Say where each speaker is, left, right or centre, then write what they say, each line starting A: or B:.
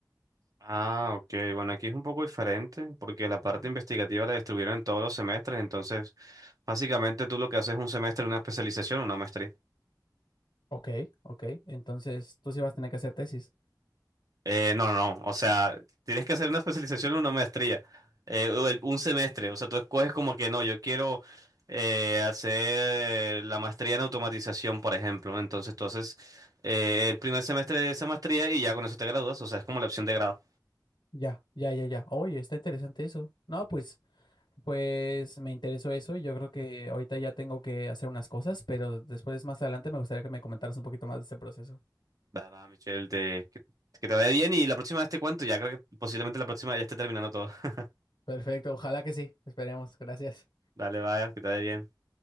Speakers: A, on the right; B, on the left.
A: Ah, ok, bueno, aquí es un poco diferente porque la parte
B: Ujú.
A: investigativa la distribuyeron en todos los semestres, entonces básicamente tú lo que haces es un semestre, una especialización, una maestría.
B: Ok, ok. Entonces tú sí vas a tener que hacer tesis.
A: Eh, no, no, no. O sea, tienes que hacer una especialización o una maestría. eh, o el- un semestre. O sea, tú escoges como que no, yo quiero eh, hacer la maestría en automatización, por ejemplo. Entonces tú haces eh, el primer semestre de esa maestría y ya con eso te gradúas. O sea, es como la opción de grado.
B: Ya, ya, ya, ya. Oye, está interesante eso. No, pues. Pues me interesó eso y yo creo que ahorita ya tengo que hacer unas cosas, pero después más adelante me gustaría que me comentaras un poquito más de ese proceso.
A: Nada, Michelle, te- que, que te vaya bien y la próxima vez te cuento. Ya creo que posiblemente la próxima ya esté terminando todo. <laughs>
B: Perfecto, ojalá que sí. Esperemos. Gracias.
A: Dale, vaya, que te vaya bien.